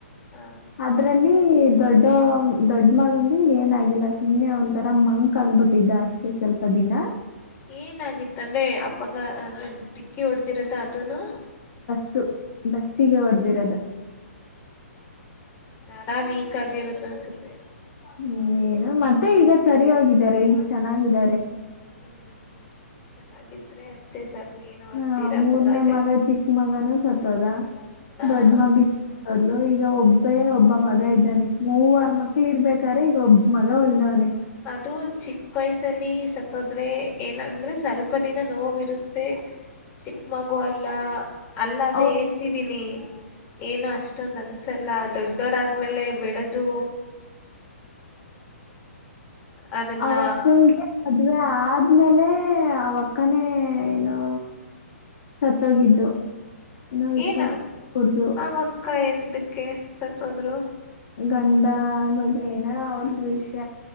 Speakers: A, on the left; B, on the left.
A: ಹ
B: ಆದ್ರೆ ಲ್ಲಿ ದೊಡ್ಡ ದೊಡ್ಡ ಮಗಂಿ ಏನಾಗಿಿಲ್ಲ ಸುಮ್ನೆ ಒಂಥರ ಮಂಕ್ ಆಂಗಬಿಟ್ಟಿದ್ದ ಅಷ್ಟೇ ಸ್ವಲ್ಪ ದಿನ
A: ಏನಾಗಿತ್ತ ಅಂದ್ರೆ ಅ ಡಕ್ಕಿ ಕೊಡ್ ತಿರತ ಅತನು
B: ಸ ಬಸ್ಸಿಗೆ ಹೊಡ್ದಿರದು
A: ನರ ವೀಕ್ ಆಗಿರುತ್ತೆ ತಿಳಸುತ್ತೆ
B: ಹ್ಮ್ ಏನು ಮತ್ತೆ ಈಗ ಸರಿ ಹೋಗಿದ್ದಾರೆ ಈಗ ಚೆನ್ನಾಗಿದ್ದಾರೆ
A: ಹ್ಮ್ ಚೆನ್ನಾಗಿದ್ರೆ ಅಷ್ಟೇ ಸಾಕು ಏನು
B: ಹ
A: ಆಗ್ತೀರಾ
B: ಮೂರನೇ
A: ಅಪಘಾತಗೆ
B: ಮಗ ಚಿಕ್ಕ ಮಗನು ಸತ್ ತೊದ
A: ಹ
B: ದೊಡ್ಡ್ಮದ್ಲು ಈಗ ಒಬ್ ಬೇ ಒಬ್ಬ ಮಗ ಇದ್ದಾನೆ ಮೂವಾರ ಮಕ್ಳ ಇರ್ಬೇಕ್ರೆ ಈಗ ಒಬ್ಬ ಮಗ ಹೊಳ್ದವನಿ
A: ಇದು ಚಿಕ್ಕ ವಯಸ್ಸಲ್ಲಿ ಸತ್ತೋದ್ರೆ ಏನ ಅಂದ್ರೆ ಸ್ವಲ್ಪ ದಿನ ನೋವಿರುತ್ತೆ ಚಿಕ್ಕ ಮಗು ಅಲ್ಲ ಅಲ್ಲ ಅದೇ
B: ಅವ್
A: ಹೇಳ್ತಿದೀನಿ ಏನು ಅಷ್ಟೇ ಇಷ್ಟೊ್ ಅನ್ಸೆಲ್ಲ ದೊಡ್ಡೋರಾದ್ಮೇಲೆ ಬಿಡದು ಅದನ್ನ
B: ಅವಕ್ಕಂಗೆ ಮದುವೆ ಆದ್ಮೇಲೆ ಅಲ್ಲೇ ಅವಕ್ಕನೇ ಏನೋ ಸತ್ತೋಗಿದ್ದು ಏನೋ ವಿಷ
A: ಏನ
B: ಕುಡ್ದು
A: ಆಕ್ಕ ಏನ್ ಅದಕ್ಕೆ ಸತ್ತೋದ್ರು
B: ಗಂಡ ಬಗ್ೇನ ಅವ್ರ ಜ ವಿಷ್ಯ